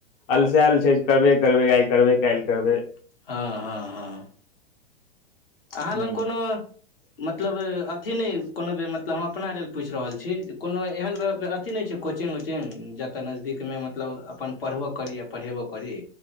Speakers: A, on the left; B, on the left.
A: अलसाल छै करबे करबै आइ करबै काल्हि करबै
B: हँ हँ हँ अहाँ
A: हूँ
B: लग कोनो मतलब अथी नहि कोनो बेर मतलब हम अपना लेल पूछि रहल छी जे कोनो एहन अथी नहि छै कोचिग उचिग जतऽ नजदीकमे मतलब अपन पढ़बो करी आ पढ़ेबो करी